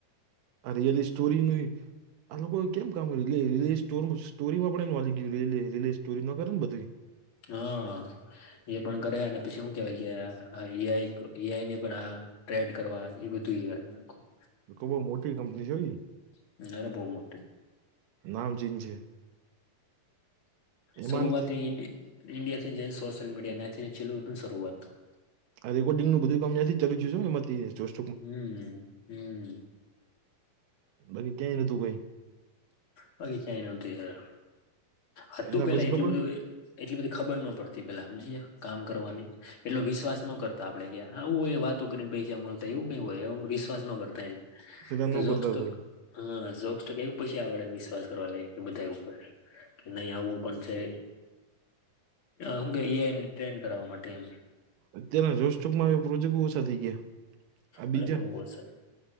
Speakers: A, on the right (about 80°); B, on the left (about 45°).
A: આ રિયલી સ્ટોરી નુ આ લોકો કેમ કામ રિયલી સ્ટોરીમાં પણ એનું હાલી ગયું સ્ટોરી ન કરેને બધું
B: હા. એ પણ કરે અને પછી શું કેવાય એ આઈ એ આઈ ની પણ આ ટ્રેડ કરવા એ બધું એ આઈ નું કામ
A: કઉ બહું મોટી કંપની છે ઈ
B: કરે. અરે બહુ મોટું
A: નામ ચીન છે એમાં
B: શરૂઆત
A: નથી
B: ઇન્ડી ઇન્ડિયા થી જ સોશિયલ મીડિયા નાથી છેલુ હતું ને શરૂઆત
A: આ રેકોડિગનું બધું કામ અહીંયા થી ચાલું જઈ એમાં જોસ
B: હમ્મ હમ્મ.
A: <unintelligible> બાકી ક્યાંય નતું કઈ
B: બાકી ક્યાંય નતુ યાર આ
A: એના
B: તું પેલા
A: પછી
B: એટલું
A: ખબર
B: બધું એટલી બધી ખબર ન પડતી પેલા હમજી ગયા કામ કરવાની એટલો વિશ્વાસ ન કરતા આપડે કે આવું હોય વાતું કરીને પૈસા મળતા એવું કઈ હોય વિશ્વાસ ન કરતા એલા
A: પેલા
B: એ તો
A: ન કરતા
B: જોક્સ્ટોક
A: કોઈ
B: હા જોક્સ્ટોક એવું પછી આવડે વિશ્વાસ કરવા લાગ કે બધા ઉપર કે નહી આવું પણ છે. હું કેને ટ્રેન કર માટે એમ
A: અત્યારે જો સ્ટોકમાં પ્રોજેક્ટ ઓછા થઈ ગયા આ
B: અરે
A: બીજા
B: બહુ અસર